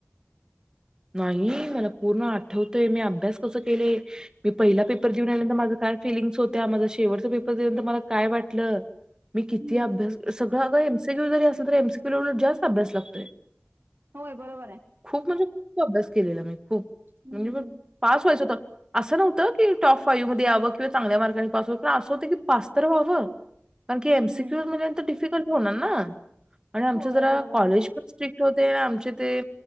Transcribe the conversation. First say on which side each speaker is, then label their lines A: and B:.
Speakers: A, on the right; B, on the right.
A: नाही मला पूर्ण आठवतय मी अभ्यास कस केलेय मी पहिला पेपर देऊन आल्यानंतर माझं काय. फिलिंग होत्या माझ शेवटचा पेपर दियंत मला काय वाटलं. मी किती
B: हं.
A: अभ्यास सगळं अग एमसीक्यू जरी असल तर एमसीक्यू जास्त अभ्यास लागतोय.
B: होय बरोबर आहे.
A: खूप म्हणजे खूप अभ्यास केलेला मी खूप
B: हं,
A: म्हणजे म पास व्हायच होत. असं नव्हतं की टॉप फाईव्ह मध्ये यावं किंवा चांगल्या मार्गांनी पास व्हाव पण असं होतं की पास तर व्हावं. कारण की एमसीक्यू
B: हं.
A: मंत डिफिकल्ट होणार ना. आणि आमच
B: होय
A: जरा
B: बरोबर
A: कॉलेज
B: आहे.
A: पण स्ट्रिक्ट होते आणि आमचे ते